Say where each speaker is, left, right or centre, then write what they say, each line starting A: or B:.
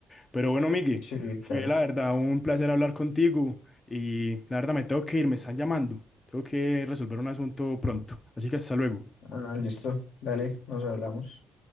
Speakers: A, on the left; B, on the left.
A: Pero bueno, Miguel,
B: Sí,
A: fue
B: claro.
A: la verdad un placer hablar contigo y la verdad me tengo que ir, me están llamando. Tengo que resolver un asunto pronto. Así que hasta luego.
B: Ah, listo, dale, nos hablamos.